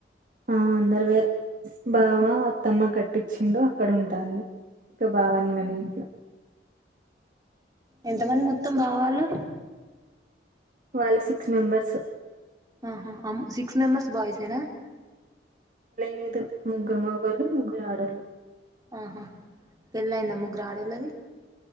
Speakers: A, on the right; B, on the right.
A: ఆ అందరు వేరే బావ అత్తమ్మ కట్టించిిండు అక్కడ ఉంటుంది ఇంకా బావని నన్న ఇంట్లో
B: ఎంత మంది మొత్తం బావ వాళ్ళు
A: వాళ్ళ సిక్స్ మెంబర్స్
B: ఆహా అమ్ సిక్స్ మెంబర్స్ బాయ్స్ ఏనా
A: లేదు ముగ్గురు మొగోళ్ళు ముగ్గురు ఆడోళ్ళు
B: ఆహా పెళ్ళయిందా ముగ్గురు ఆడోళ్ళది